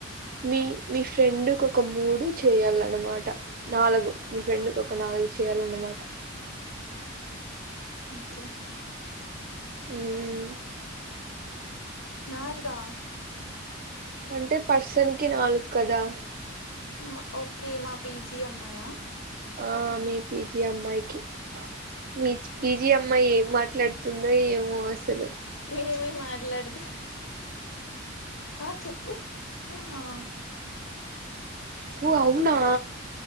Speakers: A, on the right; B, on the left.
A: మీ మీ ఫ్రెండ్ కొక మూడు చే చెయాలన్నమాట నాలగు మీ ఫ్రెండ్కి ఒక నాలుగు చెయాలన్నమాట.
B: ఓకే
A: ఉమ్ ఉమ్
B: నాలుగా?
A: అంటే పర్సన్ కి నాలుగు క్కదా
B: మ ఓకే మా పీజీ అమ్మాయా?
A: ఆ మీ పీ జీ అమ్మాయికి, మీ పీ
B: ఓకే
A: జీ అమ్మాయి ఏం మాట్ ట్లాడుతుందో ఏమో అసలు
B: ఏమేం మాట్లాడుతద్ ఆ చెప్పు ఆహా హా
A: ఓ అవునా